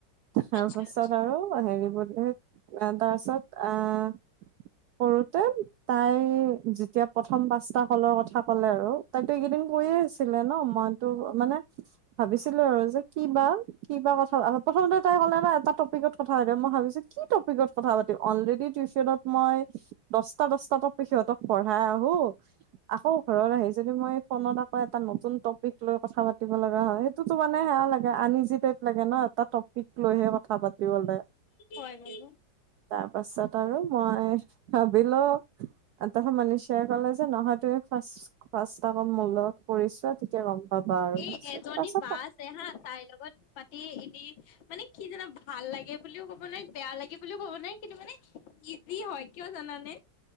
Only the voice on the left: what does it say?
আচ্ছা
আচ্ছা
হয় বাৰু।
এই এজনী
বা আছে হা তাইৰ লগত পাতি এনে মানে কি জানা ভাল লাগে বুলিও ক'ব নোৱাৰি বেয়া লাগে বুলিও ক'ব নোৱাৰি কিন্তু মানে ইজি হয় কিয় জানানে।